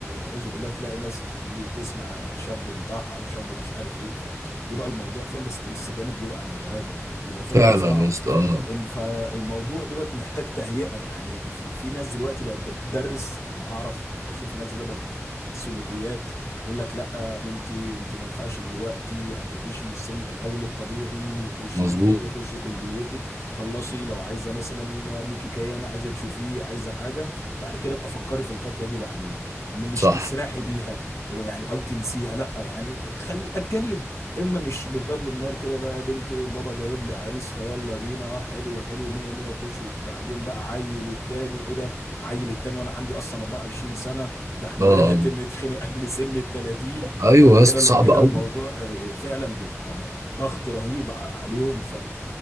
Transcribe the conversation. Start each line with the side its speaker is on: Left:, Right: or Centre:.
Left: أعوذ بالله تلاقي ناس اللي تسمع على شاب انتحر شاب مش عارف ايه فبيبقى الموضوع فعلا الاسترس جامد بيبقى على البني آدم بيبقى فعلا
Right: فعلا
Left: صعب
Right: يا اسطى اه
Left: إم- فالموضوع دوت محتاج تهيئة يعني في في ناس دلوقتي بقت بتدرس يعني أعرف بشوف ناس دلوقتي بقت سلوكيات يقول لك لا بنتي انت ما ينفعش دلوقتي يعني عيشي سنك الاول الطبيعي خشي
Right: مظبوط
Left: جامعتك خشي كليتك خلصي لو عايزه مثلا ليكي كيان عايزه تشوفيه عايزه حاجه بعد كده ابقى فكري في الخطوه دي بعدين م- مش
Right: صح
Left: تسرحي بيها ويعني او تنسيها لا يعني خلي اجليها اما مش من باب للنار كده لا يا بنتي بابا جايب لي عريس فيلا بينا اه حلو حلو مية مية خش بعدين بقى عيل التاني ايه ده عيل التاني وانا عندي اصلا 24 سنه ده احنا
Right: اه
Left: بدأنا
Right: آه.
Left: <laughs> نتخنق قبل سن ال 30
Right: ايوه
Left: يعني كده
Right: يا اسطى صعب
Left: كده
Right: قوي
Left: الموضوع آه، فعلا بيبقى ضغط رهيب ع- عليهم ف